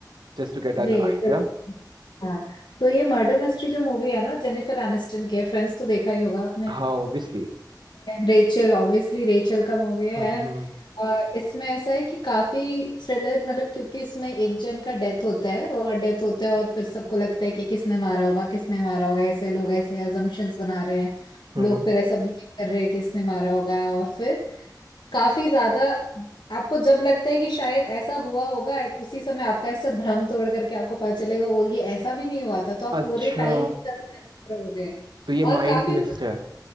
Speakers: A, on the right (about 80°); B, on the left (about 80°).
A: just to get
B: जी
A: an idea
B: बिल्कुल। हाँ तो ये मर्डर मिस्ट्री जो मूवी है ना जेनिफर एनिस्टन की है फ्रेंड्स तो देखा ही होगा आपने
A: हाँ ऑब्वियसली
B: रेचल ऑब्वियसली रेचल का मूवी है
A: हम्म
B: एंड
A: Hmm
B: इसमें ऐसा है कि काफी थ्रिलर मतलब क्योंकि इसमें एक जन का डेथ होता है और डेथ होता है और फिर सबको लगता है कि किसने मारा होगा किसने मारा होगा ऐसे लोग ऐसे अजम्पशंस बना रहे हैं
A: hmm,
B: लोग
A: हम्म।
B: फिर ऐसा बिलीव कर रहे हैं कि इसने मारा होगा और फिर काफी ज्यादा आपको जब लगता है कि शायद ऐसा हुआ होगा at उसी समय आपका ऐसा भ्रम तोड़ करके आपको पता चलेगा वो ये ऐसा भी नहीं हुआ था तो आप
A: अच्छा
B: पूरे टाइम हो गए
A: तो ये माइंड
B: और काफी
A: ट्विस्ट है